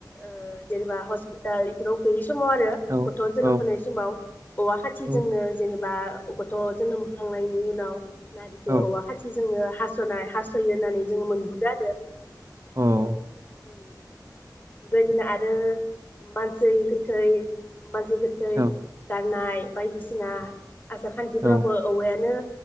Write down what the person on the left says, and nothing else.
ओ जेनेबा हस्पिटाल इफोराव गै समाव आरो
गथ' जोनोम
होनाय समाव औवा खाथिजोंनो
जेनेब बा गथ' जोनोम होखांनायनि उनाव नारिखौ
औवा खाथि जोंनो हास'नाय हास'यो होननानै जोङो मोनबुदों आरो।
उम। बेबायदिनो आरो मानसै गोथै मानसै गोथै
गारनाय बायदिसिना आसार खान्थिफ्रावबो
औवायानो